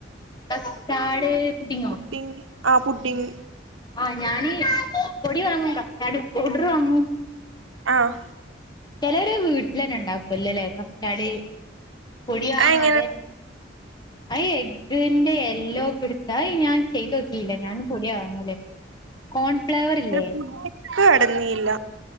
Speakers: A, on the left (about 20°); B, on the right (about 85°).
A: കസ്റ്റാർഡ് പുഡിങ്ങോ
B: പുഡിങ് ആ പുഡിങ്
A: ആഹ് ഞാന് പൊടി വാങ്ങും കസ്റ്റാഡ് പൗഡർ വാങ്ങും
B: ആഹ്
A: ചിലര് വീട്ടിൽന്നെ ഇണ്ടാക്കുവല്ലേ കസ്റ്റാഡ് പൊടി വാങ്ങാ
B: അതെങ്ങനെ
A: ആ എഗ്ഗിന്റെ എല്ലോ കൊടുത് അയ് ഞാൻ ചെയ്ത് നോക്കില്ല ഞാനും പൊടിയാ വാങ്ങല് കോൺഫ്ലവർ ഇല്ലേ
B: പുഡിങ് കടന്നില്ല